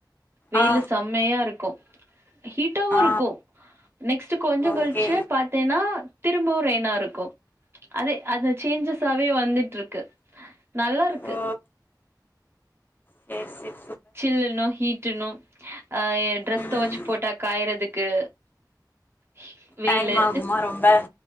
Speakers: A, on the right; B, on the left.
A: வெயிலு
B: ஆ
A: செம்மையாருக்கு ஹீட்டாவு
B: ஆ
A: இருக்கு நெக்ஸ்ட் கொஞ்சங்கழிச்சு
B: ஓகே
A: பாத்தேனா திப் ப்போ ரெய்னாருக்கு அதே அந்த சேஞ்சஸாவே வந்துட்ருக்கு நல்லாருக்கு
B: ஓ சேர் சேரி
A: சில்லுனு ஹீட்டுனு அஹ் எ ட்ரெஸ்
B: ம்
A: தொவச்சு போட்டா காயறது க்கு ஹ வெயிலு
B: டைம் ஆகுமா ரொம்ப